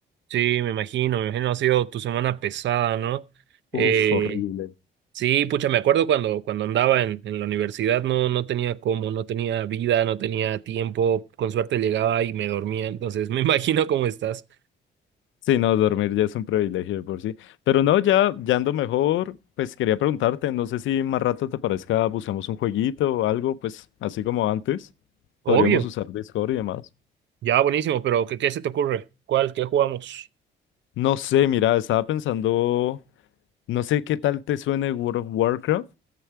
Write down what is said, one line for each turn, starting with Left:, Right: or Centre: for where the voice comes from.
Right: Sí, me imagino, me imagino ha sido tu semana pesada, ¿no? Eh,
Left: Uf, horrible.
Right: sí, pucha, me acuerdo cuando, cuando andaba en, en la universidad, no, no tenía cómo, no tenía vida, no tenía tiempo, con suerte llegaba y me dormía, entonces <laughs> me imagino cómo estás.
Left: Sí, no, dormir ya es un privilegio de por sí. Pero no, ya, ya ando mejor. Pues quería preguntarte, no sé si más rato te parezca, buscamos un jueguito o algo, pues así como antes.
Right: Obvio,
Left: Podríamos usar Discord y demás.
Right: ya, buenísimo, pero ¿qué, qué se te ocurre? ¿Cuál? ¿Qué jugamos?
Left: No sé, mira, estaba pensando, no sé qué tal te suene World of Warcraft.